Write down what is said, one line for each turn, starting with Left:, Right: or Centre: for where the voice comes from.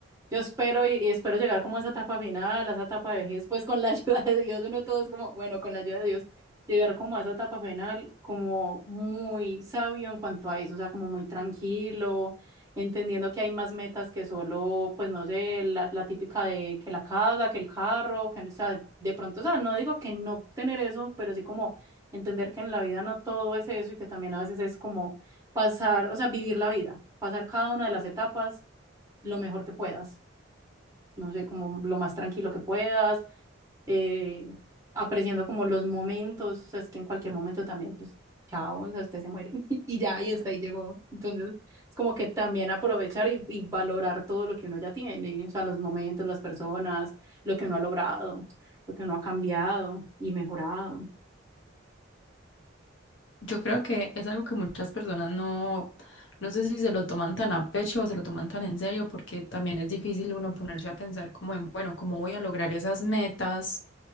Right: Yo espero y y espero llegar como a esa etapa final, a esa etapa de vejez, pues con la <laughs> ayuda de Dios, uno todo es como, bueno, con la ayuda de Dios, llegar como a esa etapa final como muy sabio en cuanto a eso, o sea, como muy tranquilo, entendiendo que hay más metas que solo, pues no sé, la, la típica de que la casa, que el carro, que, o sea, de pronto, o sea, no digo que no tener eso, pero sí como entender que en la vida no todo es eso y que también a veces es como pasar, o sea, vivir la vida, pasar cada una de las etapas lo mejor que puedas no sé, como lo más tranquilo que puedas, eh, apreciando como los momentos, o sea, es que en cualquier momento también, pues, chao, o sea, usted se muere <laughs> y ya, y hasta ahí llegó. Entonces, es como que también aprovechar y, y valorar todo lo que uno ya tiene, o sea, los momentos, las personas, lo que uno ha logrado, lo que uno ha cambiado y mejorado.
Left: Yo creo que es algo que muchas personas no, no sé si se lo toman tan a pecho o se lo toman tan en serio, porque también es difícil uno ponerse a pensar como en, bueno, ¿cómo voy a lograr esas metas